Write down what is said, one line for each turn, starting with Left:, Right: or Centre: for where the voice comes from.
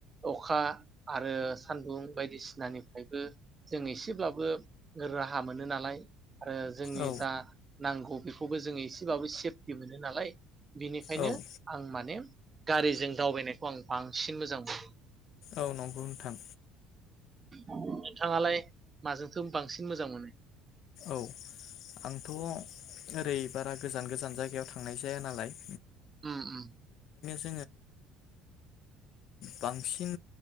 Right: अखा आरो सान्दुं बायदिसिनानिफायबो जों एसेब्लाबो राहा मोनो नालाय। आरो जोंनि
Left: औ
Right: जा नांगौ बेखौबो जोङो एसेबाबो सेफटि मोनो नालाय। बिनिखायनो
Left: औ
Right: आं माने गारिजों दावबायनायखौ आं बांसिन मोजां मोनो।
Left: औ नंगौ नोंथां।
Right: नोंथाङालाय माजोंथो बांसिन मोजां मोनो?
Left: औ आंथ' ओरै बारा गोजान गोजान जायगायाव थांनाय जाया नालाय।
Right: उम उम
Left: जो बांसिन